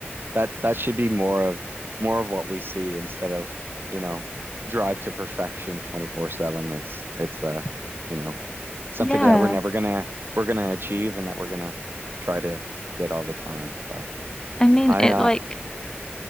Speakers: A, on the right; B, on the left.
A: That that should be more of more of what we see instead of, you know, drive to perfection 24/7. It's it's uh, you know, something
B: Yeah.
A: that we're never gonna we're gonna achieve and that we're gonna try to get all the time. But
B: I mean,
A: I
B: it
A: uh
B: like,